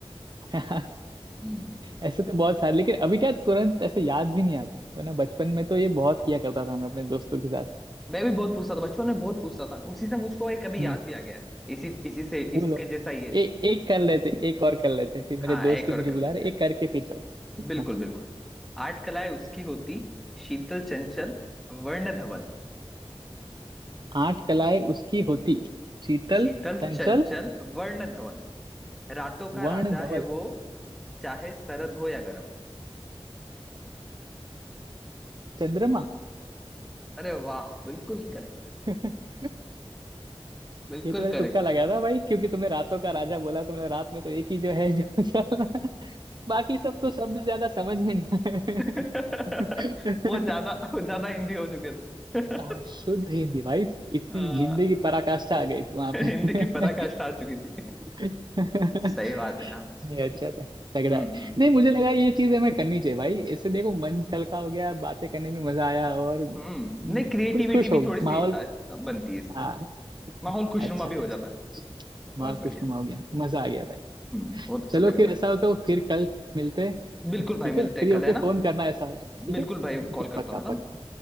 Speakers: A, on the right; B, in the centre.
A: <laughs>
B: Hmm
A: ऐसे तो बहुत सारे लेकिन अभी क्या तुरंत ऐसे याद भी नहीं आते वरना बचपन में तो ये बहुत किया करता था मैं अपने दोस्तों के साथ
B: मैं भी बहुत पूछता था बचपन में बहुत पूछता था उसी से मुझको एक अभी
A: हम्म
B: याद भी आ गया है। इसी इसी से
A: बोलो
B: इसके जैसा ये
A: ए, एक कर लेते एक और कर लेते फिर
B: हाँ
A: मेरे दोस्त
B: एक
A: भी
B: और
A: मुझे
B: कर
A: बुला
B: लेते
A: रहे
B: हैं
A: एक करके फिर चलते
B: बिल्कुल
A: हाँ
B: बिल्कुल आठ कलाएं उसकी होती शीतल चंचल वर्ण धवल
A: आठ कलाएं उसकी होती शीतल
B: शीतल
A: चंचल
B: चंचल वर्ण धवल रातों का
A: वर्ण
B: राजा
A: धवल
B: है वो चाहे सरद हो या गर्म
A: चंद्रमा
B: अरे वाह बिल्कुल करेक्ट
A: <laughs>
B: बिल्कुल
A: ये तो मैंने
B: करेक्ट
A: तुक्का लगाया था भाई क्योंकि तुमने रातों का राजा बोला तो मैंने रात में तो एक ही जो है जो चल रहा है। <laughs> बाकी सब तो शब्द ज्यादा समझ में नहीं
B: <laughs>
A: आए
B: वो
A: <laughs>
B: ज्यादा वो ज्यादा हिंदी हो चुके थे <laughs>
A: हाँ, शुद्ध हिंदी भाई इतनी
B: अ,
A: हिंदी की पराकाष्ठा आ गई थी वहां पे
B: हिंदी की पराकाष्ठा आ चुकी थी
A: <laughs> नहीं
B: सही बात है हाँ।
A: अच्छा था तगड़ा
B: हम्म
A: है
B: हम्म
A: नहीं मुझे लगा ये चीज हमें करनी चाहिए भाई इससे देखो मन हल्का हो गया बातें करने में मजा आया और
B: हम्म नहीं क्रिएटिविटी
A: खुश खुश
B: भी
A: हो
B: थोड़ी सी
A: माहौल
B: अ, बनती है इससे
A: हाँ
B: माहौल खुशनुमा
A: अच्छा
B: भी
A: अच्छा
B: हो जाता है बहुत
A: माहौल
B: बढ़िया
A: खुशनुमा हो गया मजा आ गया भाई
B: हम्म बहुत अच्छा
A: चलो
B: लगा
A: फिर
B: भाई
A: ऐसा हो तो फिर कल मिलते हैं
B: बिल्कुल
A: ठीक
B: भाई
A: ठीक है
B: मिलते
A: फ्री
B: हैं कल
A: होके
B: है ना
A: फोन करना ऐसा हो तो ठीक
B: बिल्कुल
A: है
B: भाई कॉल करता
A: पक्का
B: हूँ
A: पक्का
B: है ना